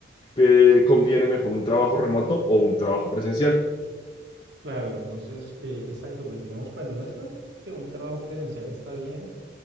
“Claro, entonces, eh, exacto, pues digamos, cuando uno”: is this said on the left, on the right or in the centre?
Right